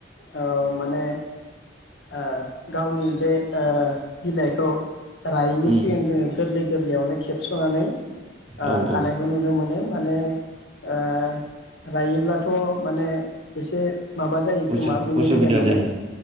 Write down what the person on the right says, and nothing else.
उम
औ
औ
उसु
उसुबिदा
जायो